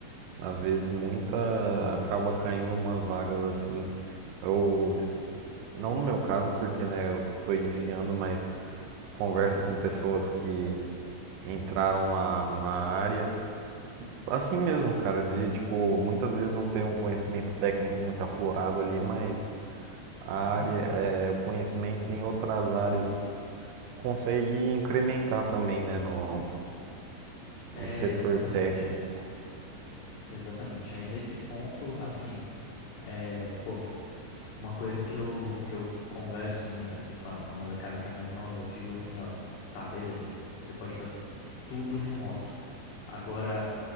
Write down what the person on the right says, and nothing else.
às vezes muita acaba caindo umas vagas assim. Eu não no meu caso, porque né, eu tô iniciando, mas converso
com pessoas que entraram na, na área. Assim mesmo, cara, de tipo, muitas vezes não ter um conhecimento técnico muito aflorado ali, mas a área,
é, o conhecimento em outras áreas consegue incrementar também, né, no,
no setor
técnico.